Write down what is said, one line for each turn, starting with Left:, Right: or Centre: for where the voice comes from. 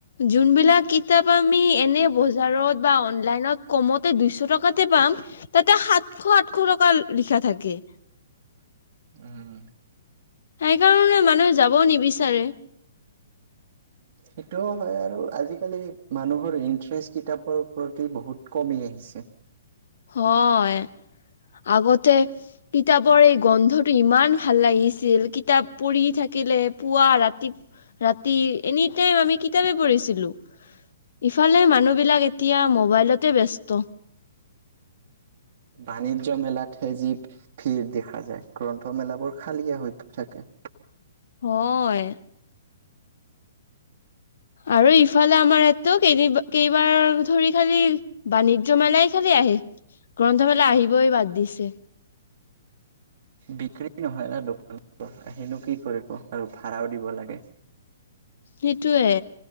Left: যোনবিলাক কিতাপ আমি এনে বজাৰত বা অনলাইনত কমতে দুইশ টকাতে পাম, তাতে সাতশ আঠশ টকা লিখা থাকে।
Right: উম।
Left: সেইকাৰণে মানুহে যাবও নিবিচাৰে।
Right: সেইটোও হয় আৰু আজিকালি মানুহৰ ইন্টাৰেষ্ট কিতাপৰ প্ৰতি বহুত কমি আহিছে।
Left: হয় আগতে কিতাপৰ এই গন্ধটো ইমান ভাল লাগিছিল কিতাপ পঢ়ি থাকিলে পুৱা ৰাতি, ৰাতি এনিটাইম আমি কিতাপে পঢ়িছিলো ইফালে মানুহবিলাক এতিয়া মবাইলতে ব্যস্ত।
Right: বাণিজ্য মেলাতহে যি ভিৰ দেখা যায় গ্ৰন্থমেলাবোৰ খালীয়া হৈ থাকে।
Left: হয়, আৰু ইফালে আমাৰ ইয়াতো কেই কেইবাৰ ধৰি খালি বাণিজ্য মেলাই খালি আহে গ্ৰন্থমেলা আহিবই বাদ দিছে।
Right: বিক্ৰী নহয় না দোকান আহিনো কি কৰিব আৰু ভাড়াও দিব লাগে।
Left: সেইটোৱে